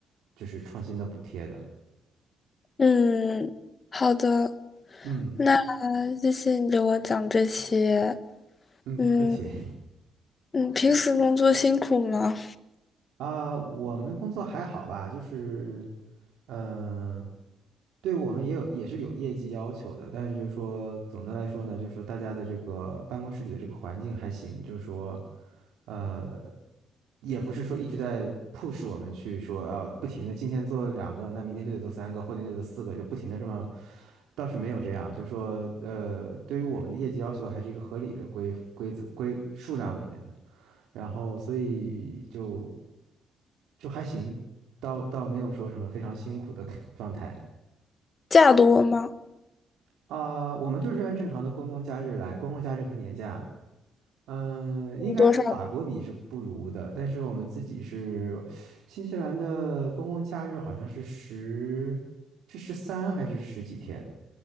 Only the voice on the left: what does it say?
嗯，好的，
那谢谢你给我讲这些。
嗯
你平时工作辛苦吗？
假多吗？
有多少？